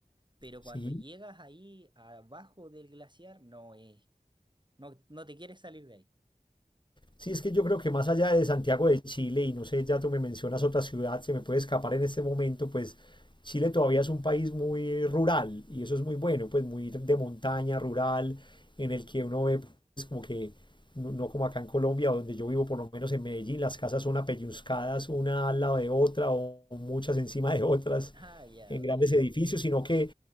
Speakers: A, on the right; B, on the left.
A: Pero cuando
B: Sí.
A: llegas ahí abajo del glaciar, no es, no, no te quieres salir de ahí. <laughs>
B: Sí, es que yo creo que más allá de Santiago de Chile, y no sé, ya tú me mencionas otra ciudad, se me puede escapar en este momento, pues Chile todavía es un país muy rural, y eso es muy bueno, pues muy de montaña, rural, en el que uno ve, pues como que, no, no como acá en Colombia, donde yo vivo, por lo menos en Medellín, las casas son apelluzcadas una al lado de otra o muchas encima de otras
A: Ah, ya,
B: en grandes
A: ok.
B: edificios, sino que